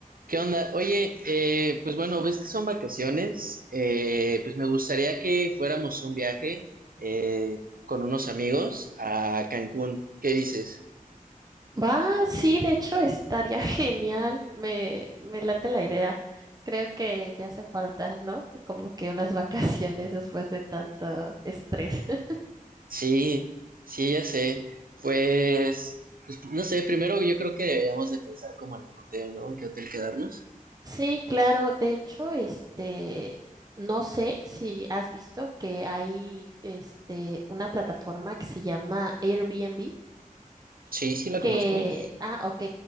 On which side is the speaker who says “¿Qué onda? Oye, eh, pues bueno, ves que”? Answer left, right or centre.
Right